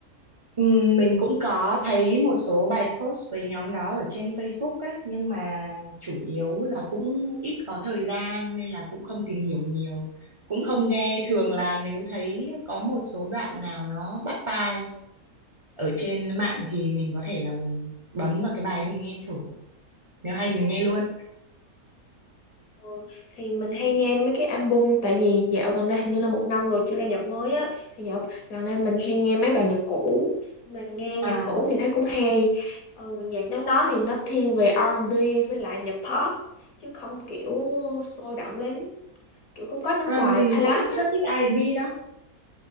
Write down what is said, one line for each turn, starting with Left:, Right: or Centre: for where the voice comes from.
Right: Ừm, Mình cũng có thấy một số bài post với nhóm đó ở trên Facebook á, nhưng mà chủ yếu là cũng ít có thời gian nên là cũng không tìm hiểu nhiều, cũng không nghe. Thường
Left: Ừm,
Right: là nếu thấy có một số đoạn nào nó bắt tai ở trên mạng thì mình có thể là mình bấm vào cái bài ấy mình nghe thử. Nếu hay thì mình nghe luôn.
Left: ừ. Thì mình hay nghe mấy cái album tại vì dạo gần đây hình như là một năm rồi chưa ra nhạc mới á thì dạo gần đây mình hay nghe mấy bài nhạc cũ Nhưng mà nghe
Right: À,
Left: nhạc cũ thì thấy cũng hay ừ, nhạc nhóm đó thì nó thiên về R&B với lại nhạc pop chứ không kiểu sôi động lắm kiểu cũng có những
Right: à
Left: bài
Right: mình
Left: ballad
Right: cũng
Left: á
Right: rất thích R&B đó.